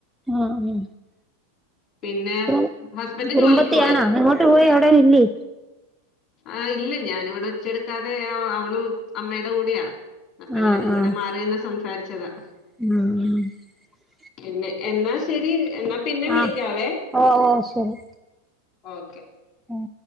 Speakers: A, in the centre; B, on the left.
A: ആഹ് ഊ
B: പിന്നെ
A: കുറു
B: ഹസ്ബൻഡ്
A: കുറുമ്പത്തി
B: ജോലിക്ക്
A: ആണാ എങ്ങോട്ട് പോയി അവിടേങ്ങ് ഇല്ലീ?
B: ആ ഇല്ല ഞാന്‌വ്ടെ ഒച്ച എടുക്കാതെ ആ അവള് അമ്മയുടെ കൂടെയാ അപ്പ
A: ആഹ്
B: ഞാന് ഇവിടെ
A: ആഹ്
B: മാറി നിന്ന് സംസാരിച്ചതാ
A: ആഹ്
B: പിന്നെ എന്നാ ശെരി എന്നാ പിന്നെ വിളിക്കാവേ
A: ആഹ് ഓ ഓ ശരി
B: ഓക്കെ
A: ഉം